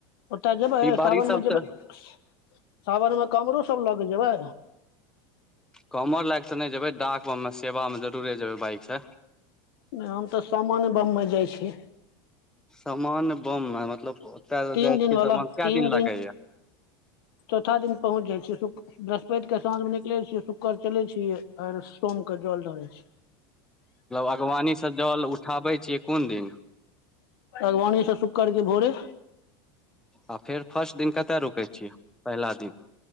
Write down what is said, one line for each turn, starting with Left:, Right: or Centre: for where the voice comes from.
Left: ओतऽ जेबै
Centre: ई बारिश
Left: सावन
Centre: सब
Left: मे जेबै
Centre: से
Left: सावनमे कामरो सब लऽ कऽ जेबै?
Centre: कामर लके त नहि जेबै डाक बम में सेवा में जरुरे जेबै बाइक से।
Left: नहि हम त सामान बममें जाइ छी।
Centre: समान बम मे मतलब ओतय
Left: तीन
Centre: जाइ
Left: दिनवला
Centre: छियै समान कय
Left: तीन
Centre: दिन लागैया?
Left: चौथा दिन पहुँच जाइ छी <unintelligible> बृहस्पति के साँझ मे निकलै छियै शुक्रर चलै छियै आर सोम के जल ढारै छियै।
Centre: अगवानी स जल उठाबै छैय कोन दिन?
Left: अगवानी सँ शुक्र के भोरे।
Centre: आ फेर फस्ट दिन कत रुकै छियै पहिला दिन।